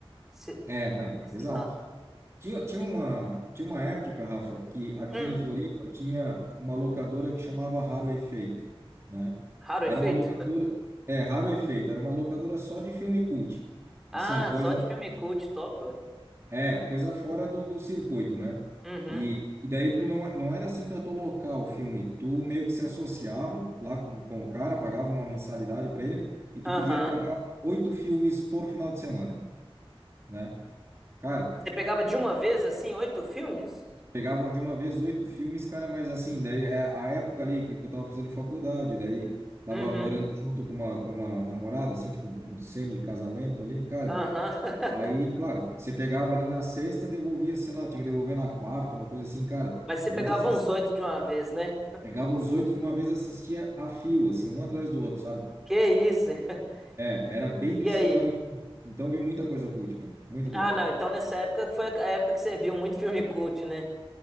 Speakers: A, in the centre; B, on the right.
A: Esse,
B: É, não,
A: esse
B: exato.
A: Han.
B: Tinha, tinha uma, tinha uma época, Rafa, que aqui
A: Hum,
B: em Floripa tinha uma locadora que chamava Raro Efeito, né?
A: raro
B: Era
A: efeito?
B: uma locadora, é, Raro Efeito, era uma locadora só de filme cult.
A: Ah,
B: Assim, coisa,
A: só de filme cult, top, ué.
B: é, coisa fora do, do circuito, né?
A: Uhum.
B: E, e daí tu não, não era assim para tu locar o filme, tu meio que se associava lá com, com o cara, pagava uma mensalidade para ele e tu
A: Aham.
B: podia pegar oito filmes por final de semana, né? Cara,
A: Você pegava de uma vez, assim, oito filmes?
B: Pegava de uma vez oito filmes, cara, mas assim, daí é a época ali que que eu tava fazendo faculdade, daí tava
A: Uhum.
B: morando junto com uma, com uma namorada, assim, tipo um semi-casamento ali, cara.
A: Aham. <laughs>
B: Aí, claro, você pegava ali na sexta, devolvia, sei lá, tinha que devolver na quarta, uma coisa assim, cara.
A: Mas você
B: A
A: pegava
B: gente assist...
A: uns oito de uma vez, né?
B: pegava os oito de uma vez, assistia a fio, assim, um atrás do outro, sabe?
A: Que isso? <laughs>
B: É, era bem
A: E
B: viciadão.
A: aí?
B: em- Então vi muita coisa cult, cara, muita
A: Ah,
B: coisa.
A: não. Então nessa época foi a época que você viu muito filme cult, né?